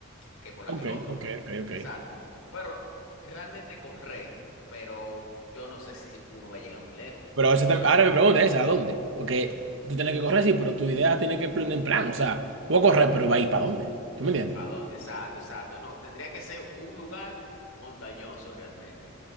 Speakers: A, on the left; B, on the right.
A: que por la
B: Ok,
A: que el otro,
B: ok,
A: que-
B: ok, ok.
A: exacto. Pero realmente correr, pero yo yo no sé si uno va a llegar muy lejos,
B: Pero
A: porque
B: esa
A: tú
B: tam-
A: sabes.
B: ahora me pregunta esa, ¿a dónde? Porque tú tienes que correr, sí, pero tu idea tiene que plan en plan. O sea, voy a correr, pero va a ir para dónde. ¿Tú me entiendes?
A: ¿Para dónde? Exacto, exacto. No, tendría que ser un lugar montañoso realmente.